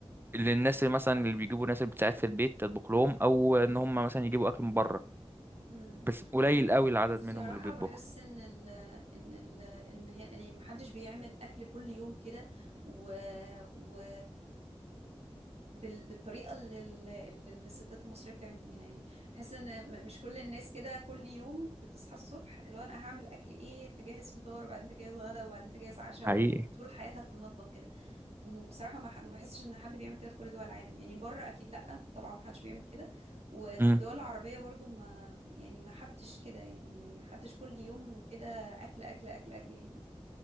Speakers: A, on the right (about 20°); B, on the right (about 70°).
A: للناس اللي مثلا اللي بيجيبوا ناس اللي بتساعد في البيت تطبخ لهم أو
B: مم.
A: إن هما مثلا يجيبوا أكل من بره
B: امم
A: بس قليل
B: أنا
A: قوي العدد
B: بصراحة
A: منهم اللي بيطبخوا
B: بحس ان ال ان ال ان هي يعني محدش بيعمل اكل كل يوم كده و, و بال بالطريقة اللي, ال- اللي الستات المصرية بتعمل بيها يعني بحس ان م- مش كل الناس كده كل يوم بتصحى الصبح اللي هو انا هعمل اكل ايه تجهز فطار وبعدين تجهز غدا وبعدين تجهز عشاء
A: حقيقي
B: وطول حياتها في المطبخ كده بصراحة ما ح- ما بحسش ان حد بيعمل كده في كل دول العالم يعني بره اكيد لا طبعا ما حدش بيعمل كده وفي
A: امم
B: الدول العربية برضو ما يعني ما حدش كده يعني حدش كل يوم كده اكل اكل اكل اكل يعني